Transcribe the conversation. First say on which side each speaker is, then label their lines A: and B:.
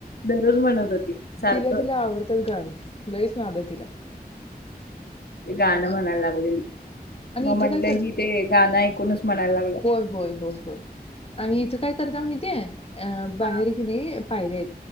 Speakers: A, on the left; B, on the left.
A: दररोज म्हणत होती सारखं
B: तिला तिला आवडतात गाणी लईच नाद ये तिला.
A: गाण म्हणायला
B: आ
A: लागलेली
B: आणि
A: म
B: इथं
A: म्हटलं
B: काय करते
A: हि ते गाण ऐकून च म्हणायला लागले......
B: होय होय होय होय. आणि इथे काय करता माहिती ये.... अ बाहेर
A: हा
B: की नाही... पाहिजेत